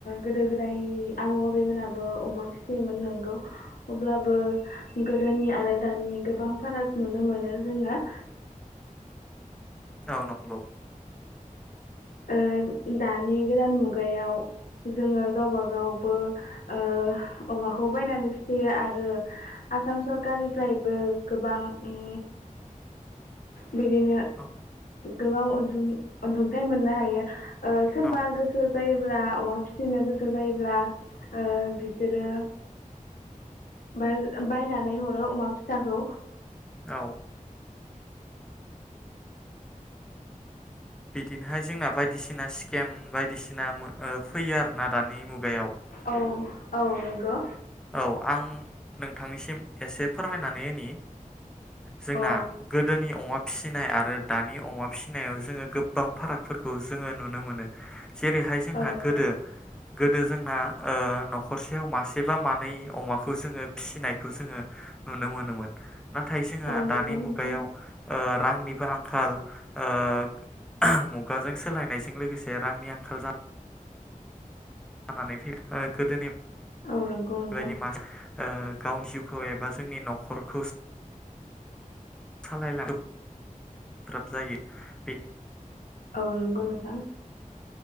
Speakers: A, on the left (about 85°); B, in the centre.
A: गोदो गोदायनि आबौ आबैमोनाबो अमा फिसियोमोन नंगौ। अब्लाबो गोदोनि आरो दानि गोबां फाराग नुनो मोनो जोङो।
B: ओ नंगौ।
A: ओ दानि गोदान मुगायाव जोङो गावबागावबो ओ अमाखौ बायनानै फिसियो आरो आसाम सरखारनिफ्रायबो गोबां उम बिदिनो
B: औ
A: गोबां अनअनसुंथाइ मोननो हायो। ओ सोरबा
B: औ
A: गोसो जायोब्ला अमा फिसिनो गोसो जायोब्ला ओ बिसोरो बाय-बायनानै हरो अमा फिसाखौ।
B: औ। बिदिनोहाय जोंना बायदिसिना स्केम बायदिसिना फैयो आरोना दानि मुगायाव।
A: औ औ नोंगौ।
B: औ आं नोंथांनिसिम एसे फोरमायनानै होनि। जोंना
A: औ
B: गोदोनि अमा फिसिनाय आरो दानि अमा फिसिनायाव जोङो गोबां फारागफोरखौ जोङो नुनो मोनो। जेरैहाय जोंहा
A: औ नंगौ
B: गोदो गोदो जोंना ओ नखरसेयाव मासेबा मानै अमाखौ जोङो फिसिनायखौ जोङो नुनो मोनोमोन। नाथाय जोंहा
A: औ नंगौ
B: दानि
A: नोंथां
B: मुगायाव ओ रांनिबो आंखाल ओ मुगाजों सोलायनायजों लोगोसे रांनि आंखाल जानाय जानानै फै ओ गोदोनि बेबायदि
A: औ नंगौ नोंथां
B: मास ओ गावनि जिउ खौ एबा जोंनि न'खरखौ सालायलांनो गोब्राब जायो बेन
A: औ नोंगौ नोंथां